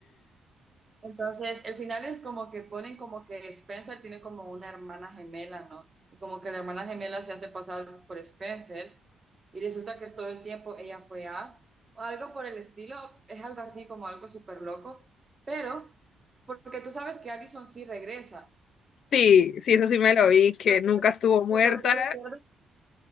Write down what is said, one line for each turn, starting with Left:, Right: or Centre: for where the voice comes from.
Right: Entonces, el final es como que ponen como que Spencer tiene como una hermana gemela, ¿no? Y como que la hermana gemela se hace pasar por Spencer y resulta que todo el tiempo ella fue A, o algo por el estilo, es algo así como algo súper loco, pero porque tú sabes que Allison sí regresa.
Left: Sí, sí, eso sí me lo vi, que
Right: Pero
Left: nunca
Right: tú,
Left: estuvo muerta
Right: pero tú recuerdas.